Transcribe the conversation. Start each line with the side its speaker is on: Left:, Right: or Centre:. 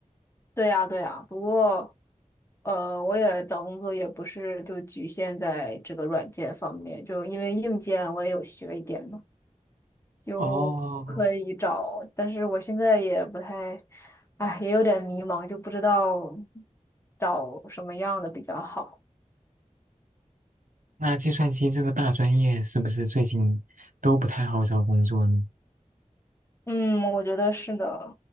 Left: 对呀，对呀，不过，呃，我也找工作也不是就局限在这个软件方面，就因为硬件我也有学一点嘛，就可以找。
Right: 哦，
Left: 但是我现在也不太，哎，也有点迷茫，就不知道找什么样的比较好。
Right: 那计算机这个大专业是不是最近都不太好找工作呢？
Left: 嗯，我觉得是的，